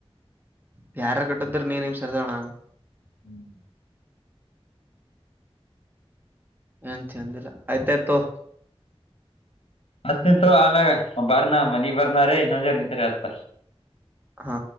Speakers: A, on the right; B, on the left.
A: ಪ್ಯಾರ ಕಟ್ಟದ್ರ ನೀನಮ ಸರದೋಣ
B: ಹ್ಮ್
A: ಎಏಂತಂದಿಲ್ಲ ಆಯ್ತಾಯ್ತೋ
B: ಅತ್ ನಿಂತು ಆಮ್ಯಾಗ ಬರ್ನಾ ಮನಗ್ ಬರ್ನ ರೇ ಇನ್ನೊಜಾರ್ ನಿಂತಾರ ಅತ
A: ಹಾ